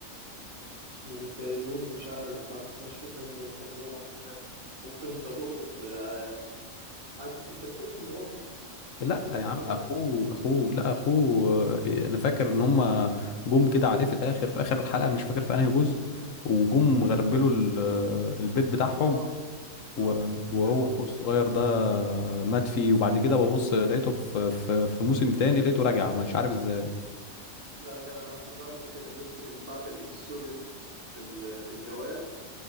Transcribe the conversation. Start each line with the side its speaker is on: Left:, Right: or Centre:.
Right: اسمه متهيألي جون مش عارف بصراحة بس انا مش فاكر ان كان لهم اخ مات ممكن انت تقصد آه، حد انت بتقصد مراته
Left: لا
Right: ومراته
Left: يا عم
Right: هي اللي
Left: اخوه
Right: ماتت
Left: اخوه لا اخوه آه، انا فاكر ان هما جم كده عليه في الاخر في اخر الحلقه مش فاكر في انهي جزء وجم غربلوا ال- آه، البيت بتاعهم
Right: صح صح
Left: و- وهو
Right: جدع
Left: اخوه الصغير ده مات فيه وبعد كده ببص لقيته في في في موسم تاني لقيته رجع مش عارف ازاي
Right: لا جدع انا افتكرت كده الناس اللي كانت باعتة الايد السوداء دي في ال- في الجواب